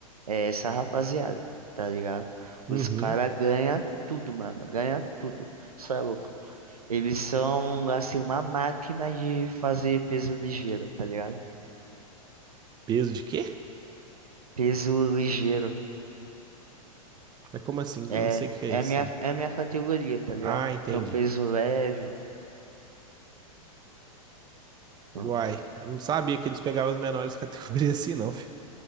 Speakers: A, on the right; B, on the right.
A: É essa rapaziada, tá ligado? Os
B: uhum.
A: caras ganham tudo, mano, ganha tudo. Só é louco. Eles são, assim, uma máquina de fazer peso ligeiro, tá ligado?
B: Peso de quê?
A: Peso ligeiro.
B: Mas como assim? Não
A: É,
B: sei o que é
A: é
B: isso,
A: a minha,
B: não.
A: é a minha categoria, tá ligado?
B: Ah, entendi.
A: Tem o peso leve.
B: Uai,
A: um
B: eu não sabia que eles pegavam as menores <laughs> categorias assim, não, filho.